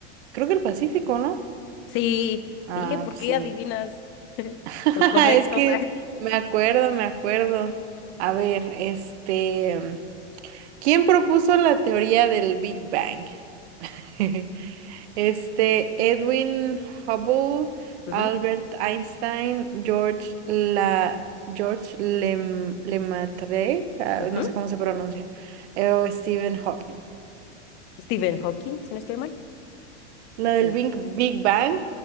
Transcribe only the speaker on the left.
Sí,
oye, ¿por
qué
adivinas <laughs>
los correctos?
<laughs> Ujú,
ujú.
Stephen Hawking, si no estoy mal.
O-